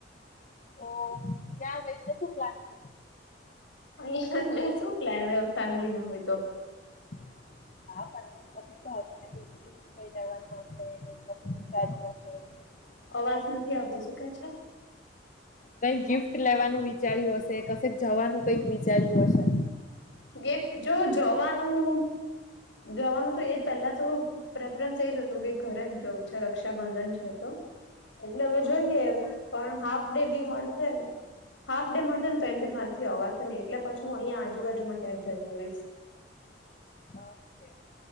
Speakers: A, on the left; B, on the left.
A: ઓ ત્યાં જઈને શું પ્લાન છે.
B: અહીયાં લે શું પ્લેન હોય ફેમિલી ના હોય તો.
A: <inaudible> કઈ લેવાનું હશે જવાનુ હશે.
B: અવાજ નથી આવતો શું કહે છે.
A: કઈક ગિફ્ટ લેવાનું વિચાર્યું હશે કશેક જવાનું કઈક વિચાર્યું હશે
B: ગિફ્ટ જો જવાનું જવાનું તો એ તો પ્રેફરન્સ એ હતું કે ઘરે જ જવું છે રક્ષાબંધન છે તો એટલે હવે જોઈએ પણ હાફ ડે બી મળશે હાફ ડે મળશે ને તો એમ મારથી અવાશે એટ પછી હું અહીં આજુબાજુમાં ક્યાંક જઈ આવીશ
A: ઓકે